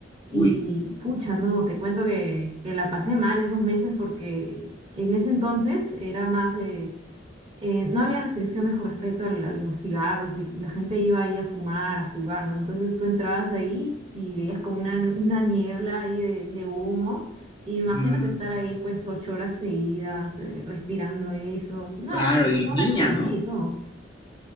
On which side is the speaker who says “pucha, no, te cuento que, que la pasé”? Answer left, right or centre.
Right